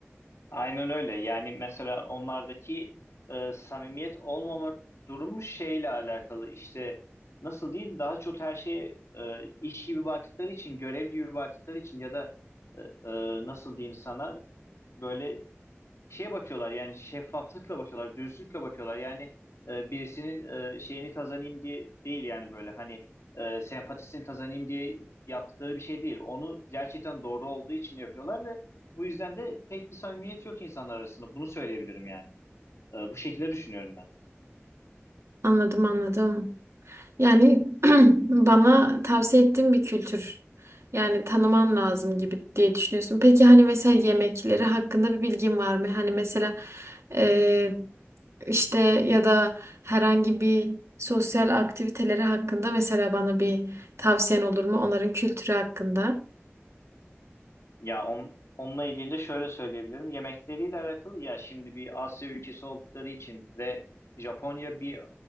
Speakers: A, on the left; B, on the right.
A: Aynen öyle. Yani mesela onlardaki e, samimiyet olmama durumu şeyle alakalı. İşte nasıl diyeyim? Daha çok her şeye e, iş gibi baktıkları için, görev gibi baktıkları için ya da e, e, nasıl diyeyim sana böyle şeye bakıyorlar yani şeffaflıkla bakıyorlar, dürüstlükle bakıyorlar. Yani e, birisinin e, şeyini kazanayım diye değil yani böyle hani e, sempatisini kazanayım diye yaptıkları bir şey değil. Onu gerçekten doğru olduğu için yapıyorlar ve bu yüzden de pek bir samimiyet yok insanlar arasında. Bunu söyleyebilirim yani. E, bu şekilde düşünüyorum ben.
B: Anladım anladım. Yani <clears throat> bana tavsiye ettiğin bir kültür. Yani tanıman lazım gibi diye düşünüyorsun. Peki hani mesela yemekleri hakkında bir bilgin var mı? Hani mesela eee, işte ya da herhangi bir sosyal aktiviteleri hakkında mesela bana bir tavsiyen olur mu? Onların kültürü hakkında.
A: Ya on, onunla ilgili de şöyle söyleyebilirim. Yemekleriyle alakalı ya şimdi bir Asya ülkesi oldukları için ve Japonya bir